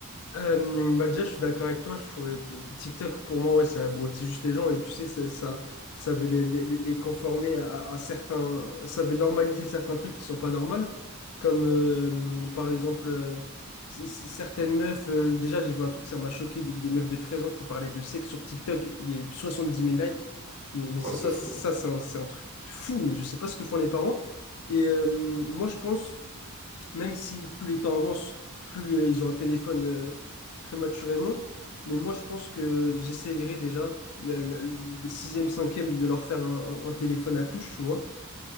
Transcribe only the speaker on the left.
Euh, bah déjà, je suis d'accord avec toi. Je ferais... TikTok, pour moi, ouais, ça abrutit juste les gens. Et tu sais, ça, ça, ça veut les, les, les- les conformer à, à certains. Ça veut normaliser certains trucs qui sont pas normaux. Comme, euh, par exemple, euh, c- c- certaines meufs. euh, déjà, j'ai vu un truc, ça m'a choqué. Des, des meufs de 13 ans qui parlaient de sexe sur TikTok. Il y a eu soixante dix mille likes. Mais, mais ça,
ça,
ça c'est un, c'est un truc fou. Mais je sais pas ce que font les parents. Et euh, moi, je pense même si plus les temps avancent, plus euh, ils ont un téléphone euh, prématurément. Mais moi, je pense que j'essayerai déjà, le, le, le sixième, cinquième, de leur faire un, un- un téléphone à touche, tu vois.